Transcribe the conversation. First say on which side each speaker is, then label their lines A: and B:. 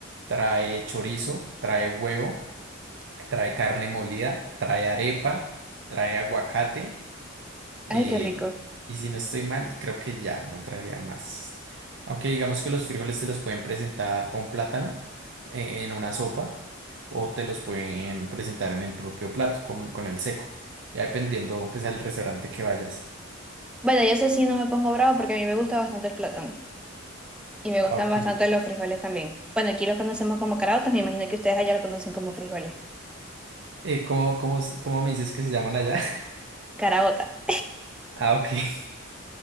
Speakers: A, on the right; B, in the centre.
A: trae chorizo, trae huevo, trae carne molida, trae arepa, trae aguacate Eh,
B: Ay, qué rico.
A: y si no estoy mal, creo que ya no traería más. Aunque digamos que los frijoles te los pueden presentar con plátano eh, en una sopa o te los pueden presentar en el propio plato con, con el seco. Ya dependiendo pues al restaurante que vayas.
B: Bueno, y eso sí no me pongo bravo porque a mí me gusta bastante el plátano. Y me
A: Ah,
B: gustan
A: ok.
B: bastante los frijoles también. Bueno, aquí los conocemos como caraotas, me imagino que ustedes allá lo conocen como frijoles.
A: Eh, ¿cómo, cómo, s- cómo me dices que se llaman allá? <laughs>
B: Caraota.
A: Ah, ok.